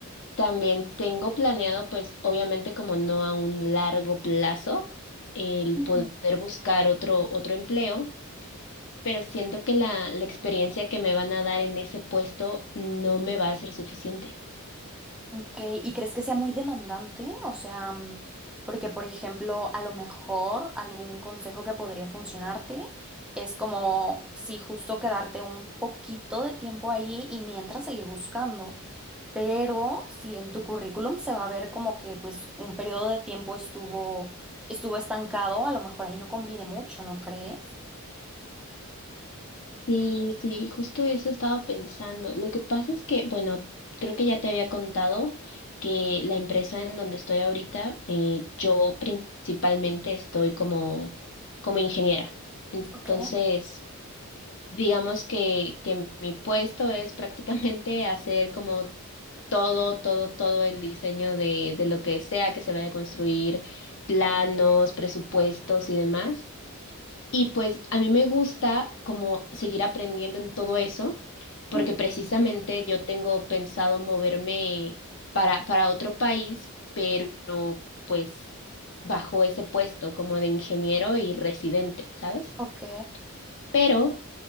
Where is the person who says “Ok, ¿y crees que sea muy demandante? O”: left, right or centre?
Centre